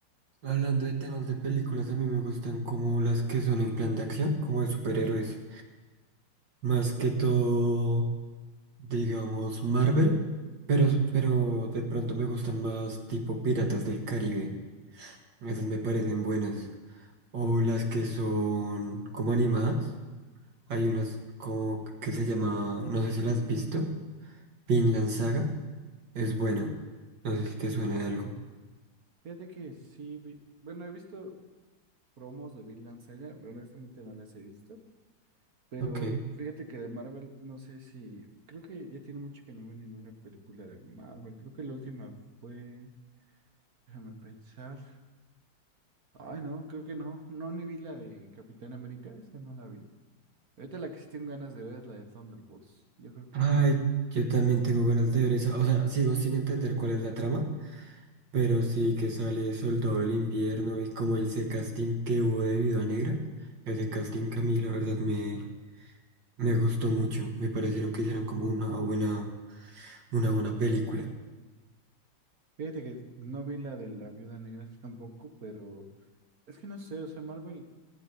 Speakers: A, on the right (about 75°); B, on the right (about 50°).
A: hablando de temas de películas, a mí me gustan como las que son en plan de acción, como de superhéroes, más que todo, digamos, Marvel, pero, pero
B: Ujú.
A: de pronto me gustan más tipo Piratas del Caribe, esas me parecen buenas, o las que son como animadas, hay unas como que se llama, no sé si las has visto, Vinland Saga, es buena, no sé si te suena de algo.
B: Fíjate que sí, vi- bueno, he visto promos de Vinland Saga, honestamente no las he visto, pero
A: Ok.
B: fíjate que de Marvel, no sé si, creo que ya tiene mucho que no veo ninguna película de Marvel, creo que la última fue, déjame pensar, ay no, creo que no, no ni vi la de Capitán América, esa no la vi. Ahorita la que sí tengo ganas de ver es la de Thunderbolts, yo creo que
A: Ay,
B: esa.
A: yo también
B: Mm,
A: tengo ganas de ver esa. O sea, sigo sin entender cuál es la trama, pero sí que sale Soldado del Invierno y como ese casting que hubo de Viuda Negra. Ese casting que a mí la verdad me, me gustó mucho. Me parecieron que hicieron como una buena, una buena película.
B: Fíjate que no vi la de la Viuda Negra <laughs> tampoco, pero es que no sé, o sea, Marvel